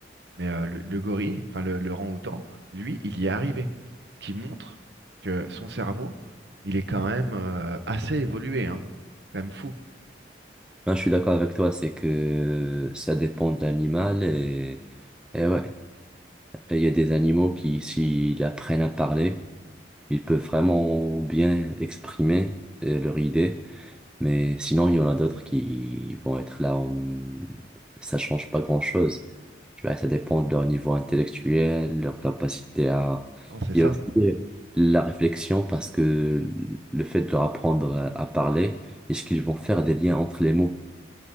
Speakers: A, on the right; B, in the centre.
A: Mais euh, le, le gorille, enfin le, le orang-outan, lui, il y est arrivé. Ce qui montre que son cerveau, il est quand même euh, assez évolué, hein. C'est quand même fou.
B: moi, je suis d'accord avec toi, c'est que ça dépend de l'animal. Et, et ouais, Et il y a des animaux qui, s'ils apprennent à parler, Ils peuvent vraiment bien exprimer euh, leur idée, mais sinon, il y en a d'autres qui vont être là, en- ça change pas grand-chose. Tu vois, ça dépend de leur niveau intellectuel, leur capacité à...
A: Non, c'est
B: Il
A: ça.
B: y a aussi la réflexion parce que le fait de leur apprendre à à parler, est-ce qu'ils vont faire des liens entre les mots?